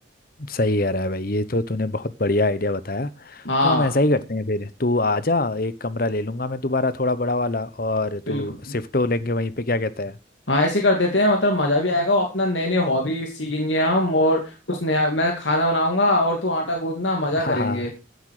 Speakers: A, on the left; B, on the left.
A: सही कह रहा है भाई ये तो तूने बहुत बढ़िया आइडिया बताया
B: हाँ
A: तो हम ऐसा ही करते हैं फिर तू आजा एक कमरा ले लूंगा मैं दोबारा थोड़ा बड़ा वाला और
B: बिल्कुल
A: तू शिफ्ट हो लेंगे वहीं पे क्या कहता है
B: हाँ ऐसे कर देते हैं मतलब मजा भी आएगा और अपना नए नए हॉबी सीखेंगे हम और कुछ नया मैं खाना बनाऊंगा और तू आटा गूंदना मजा
A: <laughs> हाँ
B: करेंगे
A: हाँ